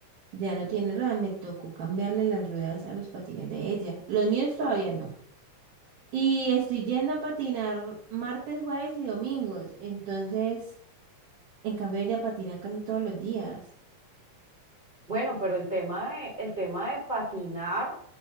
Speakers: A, on the right; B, on the right.
A: ya no tiene ruedas, me tocó cambiarle las ruedas a los patines de ella. Los míos todavía no. Y estoy yendo a patinar martes, jueves y domingos. Entonces, en cambio, ella patina casi todos los días.
B: bueno, pero el tema de, el tema de patinar,